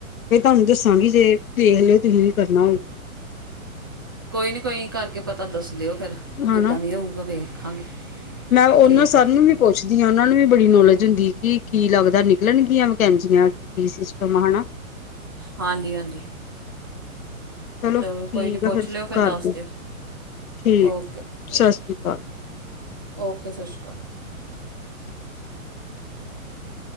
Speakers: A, on the left; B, on the right.
A: ਫੇਰ ਤੁਹਾਨੂੰ ਦੱਸਾਂਗੀ ਜੇ, ਦੇਖ ਲਿਓ, ਤੁਹੀਂ ਵੀ ਕਰਨਾ ਹੋਵੇ
B: ਕੋਈ ਨੀ, ਕੋਈ ਕਰਕੇ ਪਤਾ ਦੱਸ ਦਿਓ ਫਿਰ,
A: ਹਨਾ
B: ਜਿੱਦਾਂ ਵੀ ਹੋਊਗਾ ਵੇਖਾਂਗੇ।
A: ਮੈਂ ਉਹਨਾਂ
B: ਠੀਕ
A: ਸਰ
B: ਆ
A: ਨੂੰ ਵੀ ਪੁੱਛਦੀ ਆ, ਉਹਨਾਂ ਨੂੰ ਵੀ ਬੜੀ ਨੌਲੇਜ ਹੁੰਦੀ ਕਿ ਕੀ ਲੱਗਦਾ ਨਿਕਲਣਗੀਆਂ ਵਕੈਂਸਿਆ, ਕੀ ਸਿਸਟਮ ਆ, ਹਨਾ?
B: ਹਾਂਜੀ-ਹਾਂਜੀ। ਚਲੋ,
A: ਠੀਕ
B: ਕੋਈ ਨੀ
A: ਆ
B: ਪੁੱਛ ਲਿਓ, ਫਿਰ
A: ਕਰਦੀ
B: ਦੱਸ ਦਿਓ,
A: ਠੀਕ
B: ਓਕੇ।
A: ਆ ਸਤਿ ਸ੍ਰੀ ਅਕਾਲ
B: ਓਕੇ, ਸ਼ਾਸੀ ਕਾਲ।